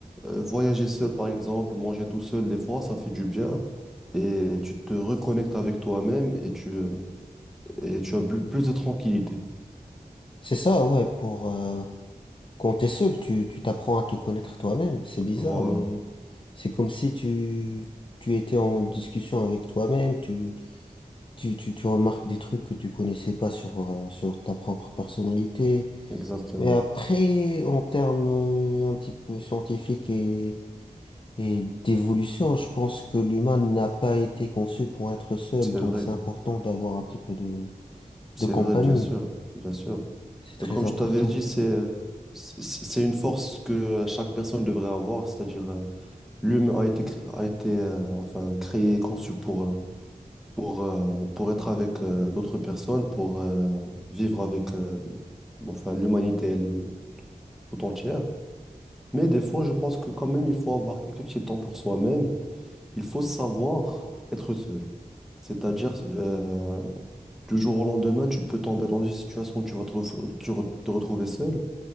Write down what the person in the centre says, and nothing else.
euh, voyager seul, par exemple, manger tout seul, des fois, ça fait du bien. Et tu te reconnectes avec toi-même et tu, euh, et tu as blu- plus de tranquillité.
Voilà,
exactement.
C'est
vrai,
c'est
vrai, bien sûr, bien sûr.
Euh, Comme
je t'avais dit, c'est euh, c'est c'est une force que euh, chaque personne devrait avoir, c'est-à-dire euh, l'humain a été, cré- a été euh, enfin, créé et conçu pour, euh, pour, euh, pour être avec euh, d'autres personnes, pour euh, vivre avec euh, enfin, l'humanité elle, tout entière. Mais des fois, je pense que quand même, il faut avoir quelques petits temps pour soi-même. Il faut savoir être seul. C'est-à-dire, euh, du jour au lendemain, tu peux tomber dans une situation où tu vas te, ref- tu re- te retrouver seul.